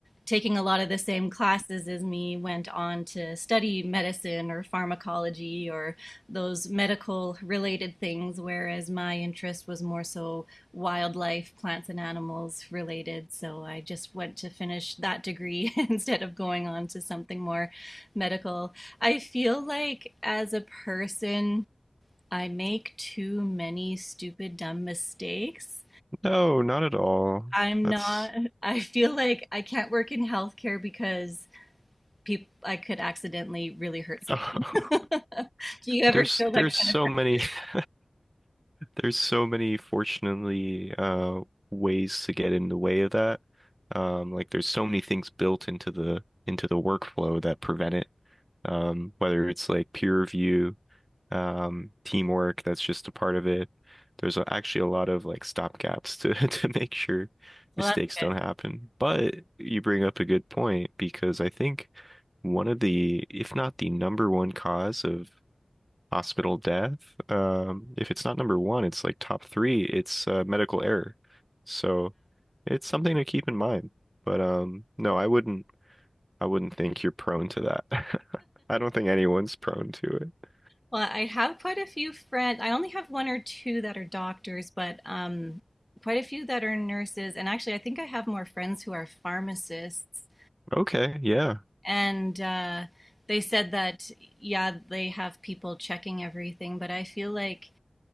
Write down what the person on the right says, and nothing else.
No, not at all.
That's
<laughs>
there's
there's so
many <laughs> There's so many, fortunately, uh, ways to get in the way of that. Um, like there's so many things built into the into the workflow that prevent it. Um, whether it's like peer review, um, teamwork, that's just a part of it. There's actually a lot of like stopgaps to <laughs> to make sure
mistakes
don't happen. But you bring up a good point because I think one of the, if not the number one cause of hospital death. Um, if it's not number one, it's like top three. It's uh, medical error. So it's something to keep in mind. But um, no, I wouldn't. I wouldn't think you're prone to that. <laughs> I don't think anyone's prone to it.
Okay, yeah.